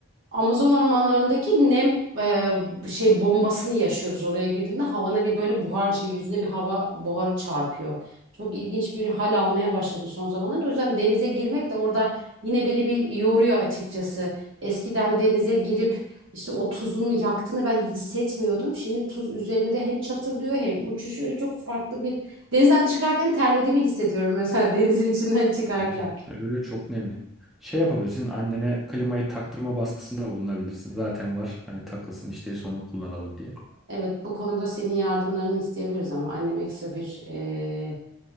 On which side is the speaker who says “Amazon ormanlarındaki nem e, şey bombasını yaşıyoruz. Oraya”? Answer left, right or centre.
Right